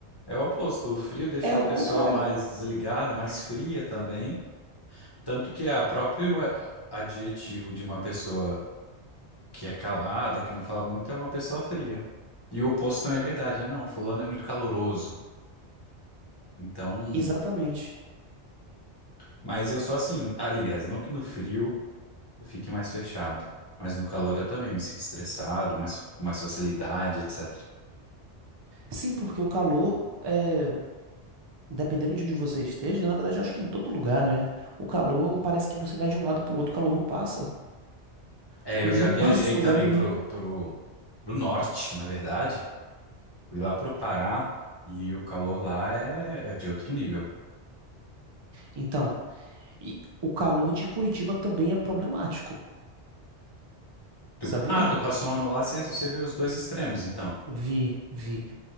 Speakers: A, on the left; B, on the right.
A: é o oposto. O frio deixa
B: É
A: a
B: o
A: pessoa
B: contrário.
A: mais desligada, mais fria também. Tanto que a próprio a- adjetivo de uma pessoa que é calada, que não fala muito, é uma pessoa fria. E o oposto também é verdade. Ah, não, fulano é muito caloroso. Então,
B: Exatamente.
A: mas eu sou assim, aliás, não que no frio eu fique mais fechado, mas no calor eu também me sinto estressado, mais com mais facilidade, etc.
B: Sim, porque o calor é, Dependendo de onde você esteja, na verdade eu acho que em todo lugar, né? O calor parece que você vai de um lado pro outro, o calor não passa.
A: É,
B: <laughs> Não
A: eu já viajei
B: passa em
A: também
B: lugar nenhum.
A: pro, pro, pro norte, na verdade. Fui lá pro Pará e o calor lá é, é de outro nível.
B: Então, e o calor de Curitiba também é problemático,
A: Tu-
B: sabia?
A: ah, tu passou um ano lá, você você viu os dois extremos, então.
B: Vi, vi.